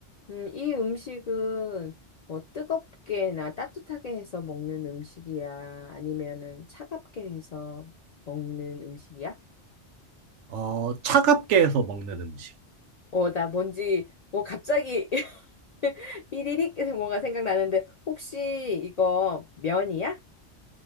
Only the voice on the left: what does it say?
음, 이 음식은 뭐 뜨겁게나 따뜻하게 해서 먹는 음식이야? 아니면은 차갑게 해서 먹는 음식이야?
어, 나 뭔지, 어, 갑자기 <laughs> 이리릭 뭔가 생각나는데, 혹시 이거 면이야?